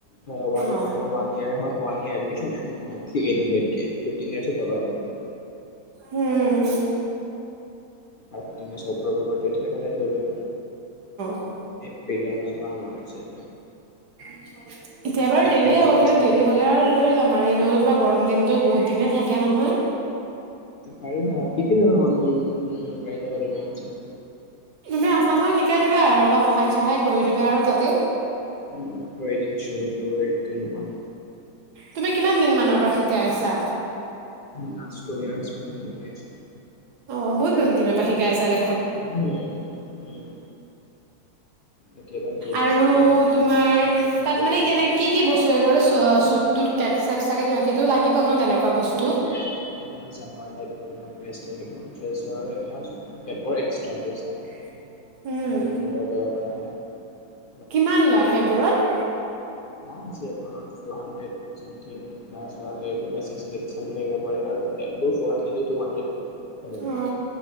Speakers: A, on the left; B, on the right.
A: হয় ওৱান
B: অ
A: ইয়েৰ, ওৱান ইয়াৰে হয় one year admission and monthly eight hundred কে, ফিফটিনছ ইয়াৰছৰ তলৰ আপোনাৰ।
B: উম।
A: আগদিনা <unintelligible> লৈ লোৱা।
B: অ
A: এই পিলামৰ পৰা উলাও যে।
B: কেতিয়াবা
A: এপ্ৰিল
B: দেৰিয়ে
A: মানৰ
B: হয়গে,
A: পৰা ষ্টাৰ্টিং
B: দেৰি হ'লে আৰু লৈ ল'ম আৰু এনেও অলপ কিবা গৰম দিনটো বহুত দিনেই থাকে নহয়।
A: পাৰিবা, ইটো অনলাইনত <unintelligible> পাই যাবা তুমি আৰামচে।
B: তুমি আছা নহয়, শিকাই দিবা আৰু অলপ সহায় - চহায় কৰি দিবা আৰু তাতে।
A: উম কৰি দিম চিয়ৰ <unintelligible>
B: তুমি কিমান দিনমানৰ পৰা শিকাই আছা?
A: নাচ কৰি আৰু আছোঁ মই শিকাই আছোঁ।
B: অ, বহুত বহুত দিনৰ পৰা শিকাই আছা দেখোন।
A: উম উম। এতিয়াবা কি হৈছে,
B: আৰু
A: কি মতামত
B: তোমাৰ
A: লৈছে আমি <unintelligible>
B: তাত মানে কেনে কি কি বস্তু একেবাৰে চু অ চুট - তুট কেপ - চেপ চাগে কিবা কিবিটো লাগিব ন তেনেকুৱা বস্তু?
A: কেক কিবা জামাৰ এপ থাকিব, ড্ৰেছ থাকিব, ড্ৰেছৰ এছ এপৰ এক্সট্ৰা পইচা।
B: <inaudible> উম
A: আজি মোৰ অৰ্ডাৰ কৰাৰ পৰা অহা নাই।
B: কিমান লয় সেইবোৰত?
A: One <unintelligible> four hundred. ছামথিং বা ছোৱালী এইবোৰ বা ছিক্স হাণ্ড্ৰেড ছামথিঙত পৰে আৰু কেপবোৰ ফ'ৰ হাণ্ড্ৰেড, টু হাণ্ড্ৰেড। এনেকুৱা।
B: অ